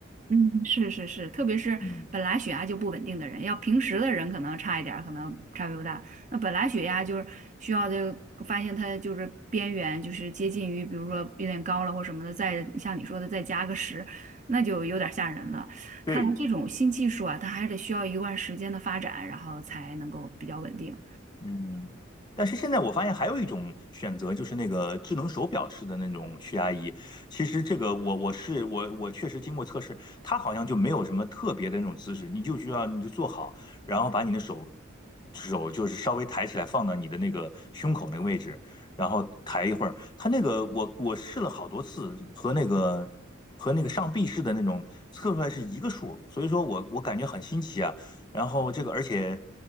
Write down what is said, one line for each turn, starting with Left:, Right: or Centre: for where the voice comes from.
Right: 嗯，是是是，特别是本来血压就不稳定的人，
Left: <laughs> 嗯，
Right: 要平时的人可能差一点儿，可能差别不大。那本来血压就是需要的，发现它就是边缘，就是接近于，比如说有点高了或什么的，再像你说的再加个十，那就有点吓人了。
Left: 对，
Right: 看来这种新技术啊，它还得需要一段时间的发展，然后才能够比较稳定。
Left: 嗯，但是现在我发现还有一种选择，就是那个智能手表式的那种血压仪。其实这个我我是我我确实经过测试，它好像就没有什么特别的那种姿势，你就需要你就坐好，然后把你的手手就是稍微抬起来放到你的那个胸口那个位置，然后抬一会儿。它那个我我试了好多次，和那个和那个上臂式的那种测出来是一个数，所以说我我感觉很新奇啊。然后这个而且